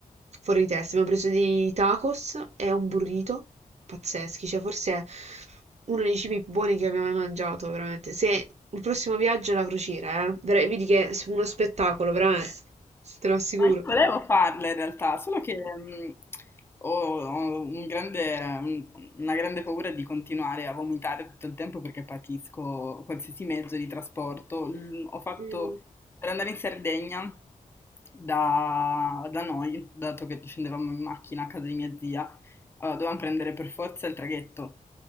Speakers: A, on the right; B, on the left.
A: fuori di testa. Abbiamo preso dei tacos e un burrito pazzeschi, cioè forse uno dei cibi più buoni che abbiamo mai mangiato, veramente. Se il prossimo viaggio è la crociera, eh, vera- vedi che è uno spettacolo, veramente, te lo assicuro.
B: Ma io volevo farle in realtà, solo che mh, ho, ho un grande- un- una grande paura di continuare a vomitare tutto il tempo perché patisco qualsiasi mezzo di trasporto. L- ho fatto
A: Mm.
B: per andare in Sardegna da, da noi, dato che scendevamo in macchina a casa di mia zia, allora, dovevamo prendere per forza il traghetto.